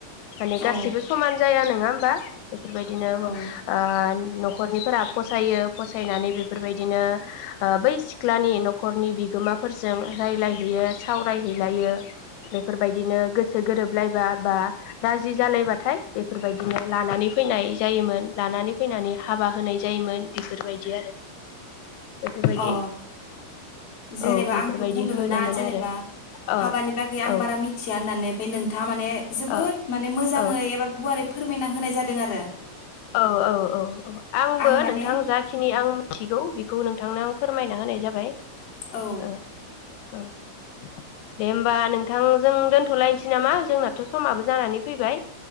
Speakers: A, on the left (about 85°); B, on the left (about 35°).
A: माने
B: औ
A: गासैबो समान जाया नोङा होमबा बेफोर बायदिनो
B: औ
A: ओ न'खरनिफोरा फसायो फसायनानै बेफोर‌ बायदिनो बै सिख्लानि न'खरनि बिगोमाफोरजों रायलायहैयो सावरायहैलायो बेफोर बायदिनो गोसो गोरोबलायबा बा राजि जालायबाथाय बेफोरबायदिनो लानानै फैनाय जायोमोन लानानै फैनानै हाबा होनाय जायोमोन बेफोर बायदि आरो बेफोरबायदि
B: अ जेनेबा
A: औ बेफोरबायदि
B: आंथ' बुंदोंमोन
A: होनोमोन
B: ना जेनेबा
A: आरो ओ
B: हाबानि बागै आं
A: औ
B: बारा मिथिया होननानै ओमफ्राय नों था माने जोबोद
A: ओ
B: माने मोजाङै
A: औ
B: एबा गुवारै फोरमायना होनाय जादों आरो
A: औ औ औ औ आंबो
B: आं माने
A: नोंथां जाखिनि आं मिथिगौ खौ नोंथांनो आं फोरमायना होनाय जाबाय
B: औ
A: ओं दे होनबा बा नोंथां जों दोनथ'लायनोसै निसै नामा जोंनाथ' समाबो जानानै फैबाय